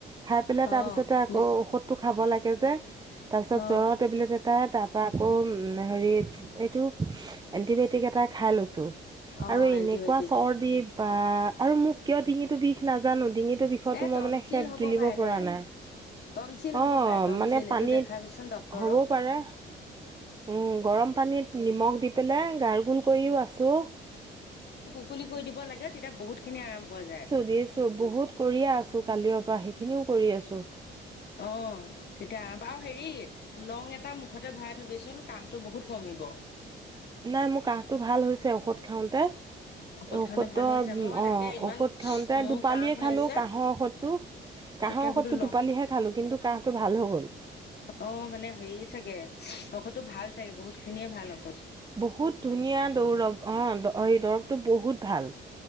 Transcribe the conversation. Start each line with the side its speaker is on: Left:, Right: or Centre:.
Right: খাই পেলাই
Left: অ
Right: তাৰপিছতে আকৌ
Left: মিছ
Right: ঔষ টো খাব লাগে যে তাৰপিছত
Left: অ
Right: জ্বৰৰ টেবলেট এ টা তাপা আকৌ হেৰি এইটো এন্টিবায়টিক এটা খাই লৈছো।
Left: অ
Right: আৰু এনেকুৱা
Left: এণ্টিবায়টিক
Right: চৰ্দি বা আৰু মোক কিয় ডিঙিতটো বিষ নাজানো ডিঙিতটো বিষ খোৱাটো
Left: এ
Right: মই
Left: টনচিল
Right: মানে শেত
Left: হ'ব
Right: গিলিব
Left: পাৰে
Right: পৰা
Left: দে
Right: নাই।
Left: টনচিল হ'ব
Right: অ
Left: পাৰে টনচিল
Right: মানে পানীত
Left: এইটো দেখাবিচোন ডক্তৰক
Right: হবও পাৰে। উম গৰম পানীত নিমখ দি পেলাই গাৰ গোল কৰিও আছো।
Left: খুলি কৈ দিব লাগে তেতিয়া বহুত খিনি আৰাম পোৱা যায়।
Right: দি আছো বহুত কৰিয়ে আছো কালিৰ পৰা সেইখিনিও কৰি আছো।
Left: অ। তেতিয়া আওঁ পা আৰু হেৰি লং এটা মুখতে ভৰাই থবিচোন কাহটো বহুত কমিব।
Right: নাই মোৰ কাঁহটো ভাল হৈছে ঔষধ খাওঁতে।
Left: <unintelligible>
Right: ঔষধ
Left: ভাল হৈছে মই তাকে
Right: অ
Left: ইমান
Right: ঔষধ খাওঁতে
Left: মোৰ
Right: দুপালিয়
Left: কাহ হৈ
Right: খালো
Left: আছে
Right: কাঁহৰ ঔষধটো। কাঁহৰ
Left: তাকে
Right: ঔষধটো
Left: বোলো লওঁ
Right: টোপালিহে খালো কিন্তু কাহটো ভাল হৈ গ'ল।
Left: অ মানে হেৰি চাগে ঔষধটো ভাল চাগে বহুত খিনিয়ে ভাল অ।
Right: বহুত ধুনীয়া দৌৰৱ অ এই দৰৱটো বহুত ভাল।